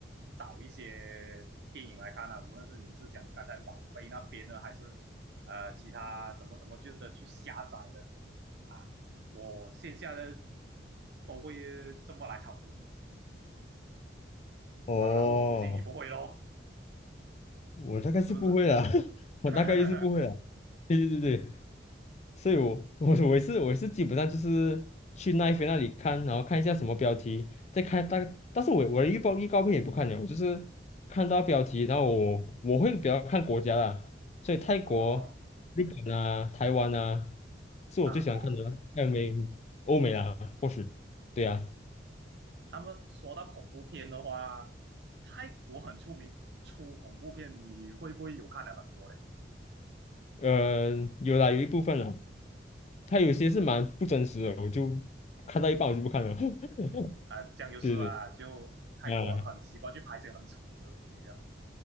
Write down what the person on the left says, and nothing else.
哦，
我大概是不会啦，
<laughs> 我大概率是不会啦。
对对对对。所以我我我也是我也是基本上就是去奈飞那里看，然后看一下什么标题，再看大，概。但是我我的预报预告片也不看了，我就是看到标题，然后我我会比较看国家啦，所以泰国、
日本啊、台湾啊，是我最喜欢看的啦，
还有美欧美啦，或许对啊，
呃，有啦，有一部分啦，它有些是蛮不真实的，我就看到一半我就不看了，<laughs>
对对
对啊，